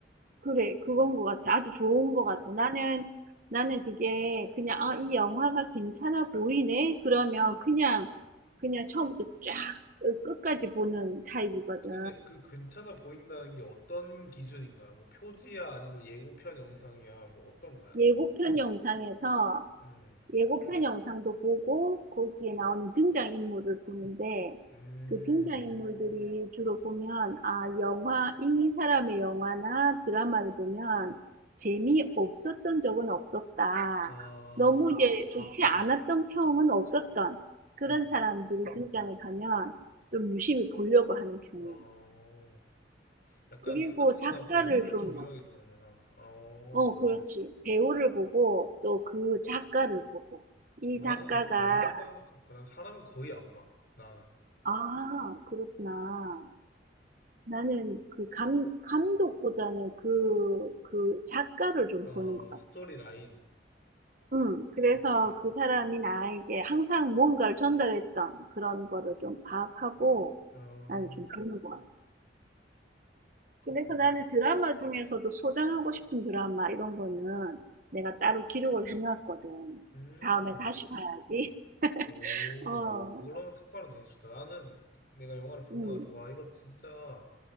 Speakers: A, on the right; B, on the left.
A: 그래 그건 것 같아. 아주 좋은 것 같아. 나는 나는 그게 그냥 '아 이 영화가 괜찮아 보이네.' 그러면 그냥, 그냥 처음부터 쫙 끝까지 보는 타입이거든.
B: 근데 그 괜찮아 보인다는 게 어떤 기준인 거야? 뭐 표지야 아니면 예고편 영상이야 뭐 어떤 거야?
A: 예고편 영상에서
B: 음,
A: 예고편 영상도 보고 거기에 나오는 등장인물을 보는데
B: 음,
A: 그 등장인물들이 주로 보면 아 영화 이 사람의 영화나 드라마를 보면 재미없었던 적은 없었다.
B: 아,
A: 너무 이 좋지 않았던 평은 없었던 그런
B: 음,
A: 사람들이 등장을 하면 좀 유심히 보려고 하는 편이야.
B: 어. 약간
A: 그리고
B: 생각보다
A: 작가를
B: 배우를
A: 좀,
B: 중요하게 보는구나. 어,
A: 어, 그렇지. 배우를 보고 또 그 작가를 보고 이
B: 나는
A: 작가가
B: 배우랑 작가, 난 사람은 거의 안 봐. 나는.
A: 아 그렇구나. 나는 그 감, 감독보다는 그, 그 작가를 좀
B: 어,
A: 보는 것
B: 어,
A: 같아.
B: 스토리 라인.
A: 응. 그래서
B: 그렇지.
A: 그 사람이 나에게 항상 뭔가를 전달했던 그런 거를 좀 파악하고
B: 어,
A: 나는 좀 보는 것 같아.
B: 그렇구나.
A: 그래서 나는 드라마 중에서도 소장하고 싶은 드라마 이런 거는 내가 따로 기록을 해놨거든.
B: 음,
A: 다음에 다시 봐야지. <laughs>
B: 오,
A: 어,
B: 아, 그런 습관은 되게 좋다. 나는 내가 영화를 보고
A: 응,
B: 나서, 와, 이거 진짜